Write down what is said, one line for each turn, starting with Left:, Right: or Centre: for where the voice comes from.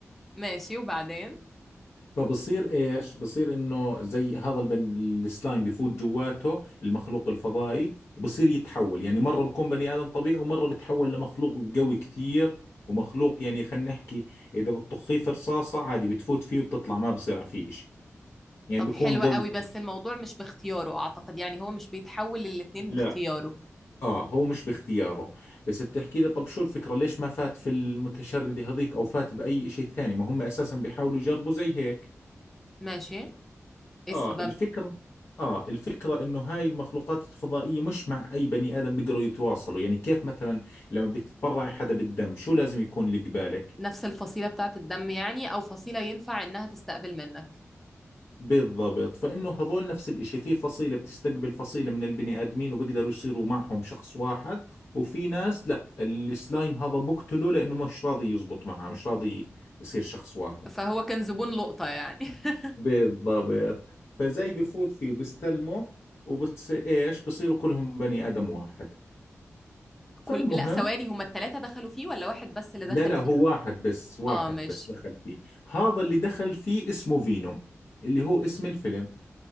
Centre: ماشي وبعدين
Left: فبصير ايش بصير انه زي هذا البن... السلايم بفوت جواته المخلوق الفضائي وبصير يتحول يعني مرة بكون بني ادم طبيعي ومرة بتحول لمخلوق قوي كثير ومخلوق يعني خلينا نحكي اذا بتطخيه في رصاصة عادي بتفوت فيه وبتطلع ما بصير فيه اشي يعني
Centre: طب
Left: بكون
Centre: حلو
Left: قوي
Centre: قوي بس الموضوع مش باختياره اعتقد يعني هو مش بيتحول للاتنين
Left: لا
Centre: باختياره
Left: اه هو مش باختياره بس بتحكي لي طب شو الفكرة ليش ما فات في المتشردة هذيك او فات باي اشي ثاني ما هم اساسا بيحاولوا يجربوا زي هيك
Centre: ماشي ايه السبب
Left: اه الفكرة اه الفكرة انه هاي المخلوقات الفضائية مش مع اي بني ادم بيقدروا يتواصلوا يعني كيف مثلا لما بدك تتبرعي حدا بالدم شو لازم يكون اللي قبالك
Centre: نفس الفصيلة بتاعة الدم يعني او فصيلة ينفع انها تستقبل منك
Left: بالضبط فانه هذول نفس الاشي في فصيلة بتستقبل فصيلة من البني ادمين وبيقدروا يصيروا معهم شخص واحد وفي ناس لا السلايم هذا بقتله لانه مش راضي يزبط معه مش راضي يصير شخص واحد
Centre: فهو كان زبون لقطة يعني <laughs>
Left: بالضبط فزي بفوت فيه وبستلمه وبتصير ايش بصيروا كلهم بني ادم واحد فالمهم
Centre: كل لا ثواني هما التلاتة دخلوا فيه ولا واحد بس اللي
Left: لا
Centre: دخل
Left: لا
Centre: فيه
Left: هو واحد بس واحد
Centre: اه ماشي
Left: بس دخل فيه هذا اللي دخل فيه اسمه فينوم اللي هو اسم الفيلم